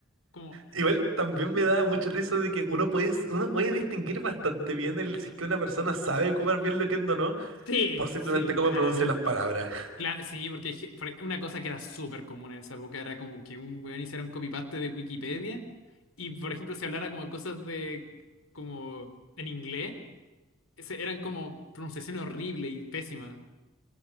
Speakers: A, on the left; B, on the right.
A: como,
B: Igual también
A: ¿Mm?
B: me da mucha risa de que uno puede, uno puede distinguir bastante bien el, si es que una persona sabe ocupar bien lo que o no,
A: sí,
B: por simplemente
A: sí,
B: cómo
A: claramente.
B: pronuncia las palabras.
A: Cla- sí, porque hay ge- por una cosa que era súper común en esa época era como que un weón hiciera un copy-paste de Wikipedia y, por ejemplo, se hablara como de cosas de, como en inglés, ese- eran como pronunciaciones horribles y pésimas.